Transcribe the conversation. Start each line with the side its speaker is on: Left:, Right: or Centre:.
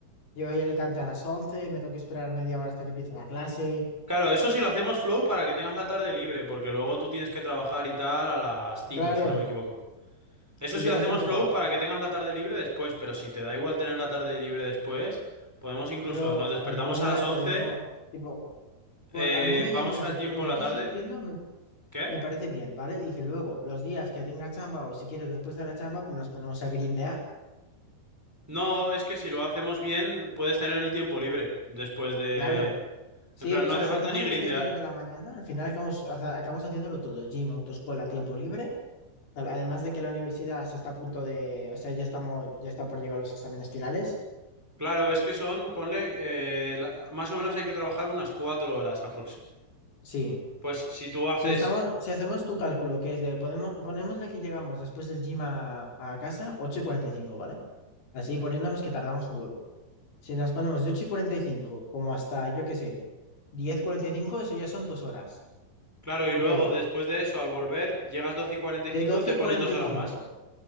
Left: llego ahí a Alicante a las 11, me tengo que esperar media hora hasta que empiece la clase.
Centre: Claro, eso sí lo hacemos flow para que tengas la tarde libre, porque luego tú tienes que trabajar y tal a las cinco
Left: Claro,
Centre: si no me equivoco. Eso
Left: sí,
Centre: sí
Left: yo
Centre: lo
Left: a las
Centre: hacemos
Left: 5 trabajo,
Centre: flow para que tengas la tarde libre después, pero si te da igual tener la tarde libre después, podemos incluso,
Left: pero
Centre: nos despertamos
Left: algún
Centre: a
Left: día
Centre: las 11,
Left: podemos, tipo, por,
Centre: eh,
Left: a mí me
Centre: vamos
Left: viene perfecto,
Centre: al gym
Left: lo
Centre: por
Left: que
Centre: la
Left: tú
Centre: tarde.
Left: estás diciendo me,
Centre: ¿Qué?
Left: me parece bien, ¿vale? Y que luego los días que tenga chamba o si quieres después de la chamba nos ponemos a grindear.
Centre: No, es que si lo hacemos bien, puedes tener el tiempo libre después de...
Left: Claro, sí,
Centre: En plan,
Left: o
Centre: no
Left: sea,
Centre: hace
Left: si
Centre: falta
Left: hacemos
Centre: ni
Left: lo
Centre: grindear.
Left: que está diciendo de la mañana, al final acabamos, haza- acabamos haciéndolo todo, gym, autoescuela, tiempo libre, tal, además de que la universidad se está a punto de, o sea, ya estamos, ya está por llegar los exámenes finales.
Centre: Claro, es que son, ponle, eh, la- más o menos hay que trabajar unas 4 horas aprox.
Left: Sí,
Centre: Pues si tú haces...
Left: si estamos, si hacemos tu cálculo, que es de, podemos, ponémosle que llegamos después del gym a, a casa, 8 y cuarenta y cinco, ¿vale? Así poniéndonos que tardamos un huevo. Si nos ponemos de 8 y cuarenta y cinco, como hasta, yo qué sé, 10 y cuarenta y cinco, eso ya son dos horas.
Centre: Claro, y
Left: Luego,
Centre: luego después de eso, al volver, llegas 12 y cuarenta
Left: de
Centre: y cinco
Left: 12
Centre: te
Left: y
Centre: pones
Left: cuarenta
Centre: dos
Left: y
Centre: horas
Left: cinco
Centre: más.